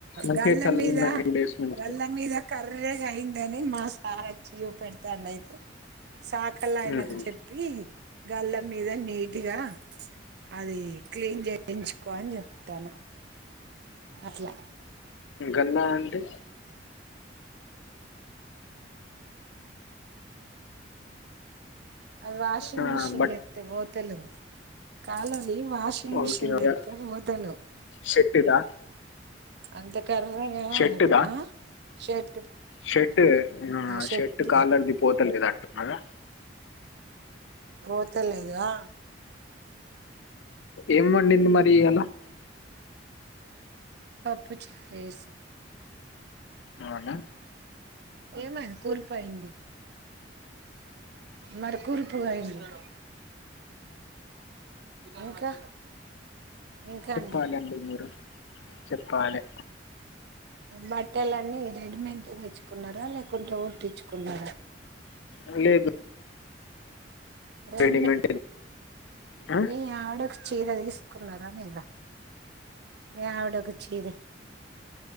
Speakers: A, on the left; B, on the right.
A: మంచిగా
B: గల్ల
A: చల్లగున్నది
B: మీద
A: డేస్ నుంచి.
B: గల్ల మీద కర్రేగా అయిందని మా సార్ వచ్చి చూ పెడతాండు అయితే సాకలా ఆయనకు
A: హుహు.
B: చెప్పి గల్ మీద నీట్ గా అది క్లీన్ చేయించుకో అని చెప్తాను అట్లా
A: గల్లా అంటే
B: అ వ వాషింగ్
A: ఆ
B: మెషిన్
A: బట్
B: లో వేస్తే పోత తెలు కాాలం వాషింగ్ మిషిన్
A: ఓకే.
B: లో
A: ఓకే.
B: వేస్తే పోతలేవ్
A: షర్టుదా?
B: అంత కర్రెగ
A: షర్టుదా?
B: అట ఆ షెట్
A: షర్ట్
B: షర్ట్ది
A: షర్ట్ కాలర్ది పోతలే అంటున్నారా
B: పోతలేదా
A: ఏం వండింది మరి అలా
B: పుచకయ
A: అవునా!
B: ఏమంది కూల్పోయిడి మరకూరూపుగా అయింది ఇంకా ఇంకా
A: చెప్పాలండి
B: అండి
A: మీరు చెప్పాలే
B: బట్టలన్నీ రెడీమేట్ తెచ్చుకున్నారా లేకుంటే కుట్టించుకున్నారా
A: అ లేదు
B: రెండి
A: రెడీమేంటే ఆ!
B: మీ ఆవిడకు చీర తీసుకున్నారా లేదా మీ ఆవిడకు చీరె